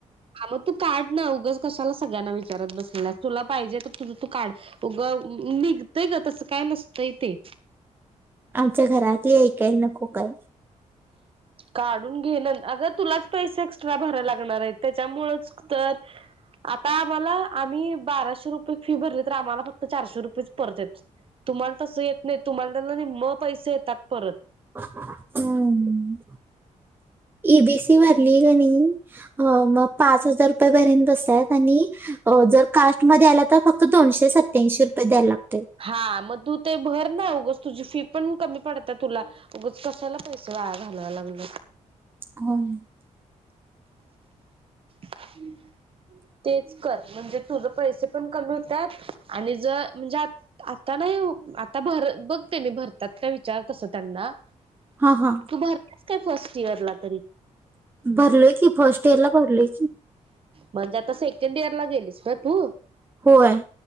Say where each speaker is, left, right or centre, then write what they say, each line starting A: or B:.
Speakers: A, on the right; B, on the right.
A: हा मग तू काढ ना उगच कशाला सगळ्यांना विचारत बसले तुला पाहिजे तर तुझ तू काढ. उग निघतय ग तस काय नसतय ते.
B: आमच्या घरातली ऐकाय नको काय.
A: काढून घेन अग तुलाच पैसे एक्स्ट्रा भरा लागणार आहे त्याच्यामुळच. तर आता आम्हाला आम्ही बाराशे रुपये फी भरली तर आम्हाला फक्त चारशे रुपयेच परत येतात तुम्हाला तस येत नाही तुम्हाला त्यातल नीम्म पैसे येतात परत.
B: हम्म हम्म इ बी सी भरली की नाही? हो मग पाच हजार रुपयापर्यंत बसतात आणि अ जर कास्टमध्ये आले तर फक्त दोनशे सत्याऐंशी रुपये द्यायला लागतात.
A: हां मग तू ते भर ना उगच तुझी फी पण कमी पडते तुला. उगच कशाला पैसे वाया घालवायला लागली.
B: होय
A: <inaudible> तेच कर म्हणजे तुझ पैसे पण कमी होत्यात आणि जर ज्यात आता नाही आता भर बघते मी भरतात का विचार तस त्यांना.
B: हा हा
A: तू भरतेस काय फर्स्ट इयर ला तरी.
B: भरले की फर्स्ट इयरला भरले.
A: म्हणजे आता सेकंड इयरला गेलीस ना तू?
B: होय